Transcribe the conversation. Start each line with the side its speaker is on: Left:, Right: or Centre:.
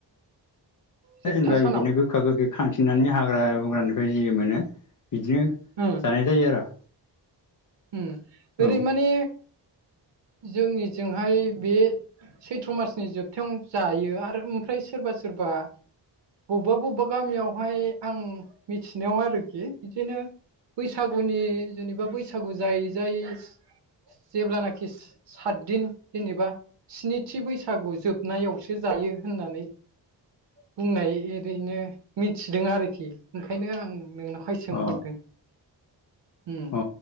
Right: जोबथा
Left: जेनेबा
Right: सानाव
Left: बिदिनो गोखा गोखै खांथिंनानै हाग्रा बंग्रानिफ्राय जि मोनो बिदिनो
Right: उम
Left: जानाय जायो आरो।
Right: उम ओरै
Left: औ
Right: माने जोंनिजोंहाय बे सैथ्र मासनि जोबथायाव जायो आरो ओमफ्राय सोरबा सोरबा बबबा बबबा गामियावहाय आं मिथिनायाव आरोखि बिदिनो बैसागुनि जेनेबा बैसागु जायै जायै जेब्लानाखि सातदिन जेनेबा स्निथि बैसागु जोबनायावसो जायो होननानै बुंनाय ओरैनो मिथिदों आरोखि ओंखायनो आं नोंना हाय सोंहरदों।
Left: अ
Right: उम।
Left: अ